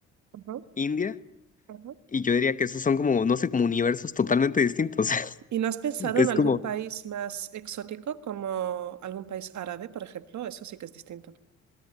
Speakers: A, on the right; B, on the left.
A: ujú,
B: India,
A: ujú.
B: y yo diría que esos son como, no sé, como universos totalmente distintos. <laughs>
A: ¿Y no has pensado
B: Es
A: en algún
B: como...
A: país más exótico como algún país árabe, por ejemplo? Eso sí que es distinto.